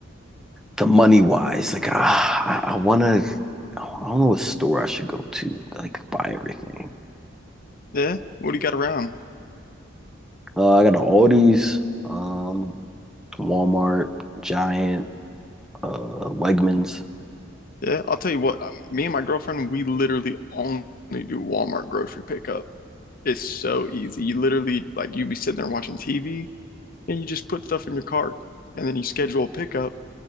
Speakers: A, in the centre; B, on the left.
A: the money wise. Like ah, I, I want to, I don't know what store I should go to to, like buy everything.
B: Yeah. What do you got around?
A: Uh, I got an Aldi's, um, Walmart, Giant, uh, Wegmans.
B: Yeah. I'll tell you what, uh, me and my girlfriend, we literally only do Walmart grocery pickup. It's so easy. You literally, like, you be sitting there watching TV and you just put stuff in your cart and then you schedule a pickup